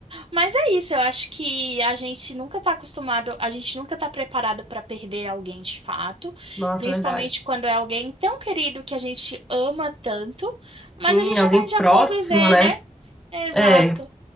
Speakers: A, on the right; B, in the centre.
A: Mas é isso, eu acho que a gente nunca tá acostumado, a gente nunca tá preparado para perder alguém de fato,
B: Nossa,
A: principalmente
B: é verdade.
A: quando é alguém tão querido que a gente ama tanto, mas
B: Sim,
A: a gente
B: alguém
A: aprende
B: próximo,
A: a conviver,
B: né?
A: né? Exato.
B: É.